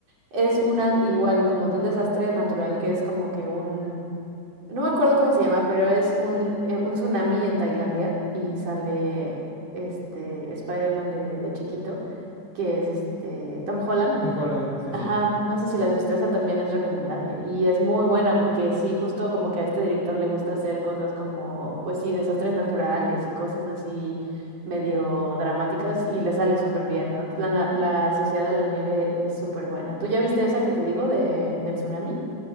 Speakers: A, on the right; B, on the right.
A: Es una, igual, como de un desastre natural que es como que un, no me acuerdo cómo se llama, pero es un, eh, un tsunami en Tailandia y sale este Spider-Man de, de chiquito, que es este Tom Holland,
B: Tom Holland, sí, sí.
A: Ajá, no sé si la has visto, esa también es recomendable y es muy buena porque sí, justo como que a este director le gusta hacer cosas como, pues sí, desastres naturales y cosas así medio dramáticas y le sale súper bien, ¿no? La, na- la Sociedad de la Nieve es súper buena. ¿Tú ya viste esa que te digo de, del tsunami?